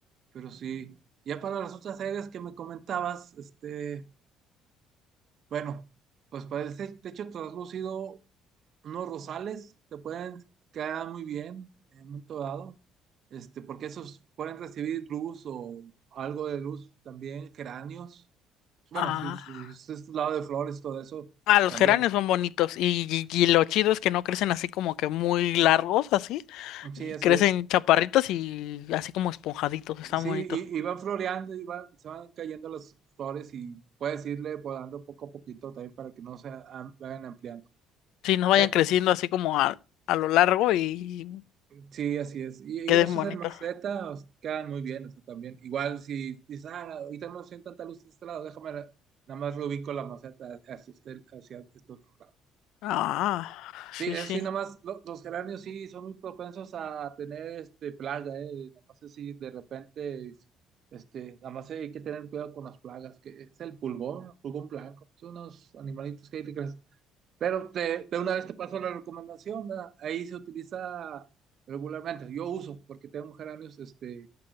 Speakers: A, on the right; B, on the left.
A: Pero sí, ya para las otras áreas que me comentabas, este. Bueno, pues para este techo traslúcido, unos rosales te pueden quedar muy bien en un momento dado, este, porque esos pueden recibir luz o algo de luz también, geráneos. Bueno,
B: ah,
A: si, si es este lado de flores, todo eso
B: Ah, los
A: también.
B: geranios son bonitos y, y- y lo chido es que no crecen así como que muy largos, así,
A: Sí,
B: y
A: así
B: crecen
A: es.
B: chaparritos y así como esponjaditos, están
A: Sí,
B: bonitos.
A: y, y van floreando y van, se van cayendo las flores y puedes irle podando poco a poquito también para que no se am- vayan ampliando.
B: Sí, no vayan
A: Eh,
B: creciendo
A: eh,
B: así como a, a lo largo y
A: Sí, así es. Y digo,
B: queden
A: esos
B: bonitos.
A: en maceta os quedan muy bien, eso también. Igual si dices, ah, ahorita no siento tanta luz de este lado, déjame, la- nada más lo ubico la maceta hacia este, hacia este otro lado.
B: Ah,
A: Sí,
B: sí,
A: eso
B: sí.
A: sí, nada más, lo- los geranios sí son muy propensos a tener este, plaga, ¿eh? Nada más así, de repente, este, nada más hay que tener cuidado con las plagas, que es el pulgón, pulgón blanco. Son unos animalitos que hay que pero te, de una vez te paso la recomendación, ¿verdad? ahí se utiliza regularmente. Yo uso, porque tengo geranios, este,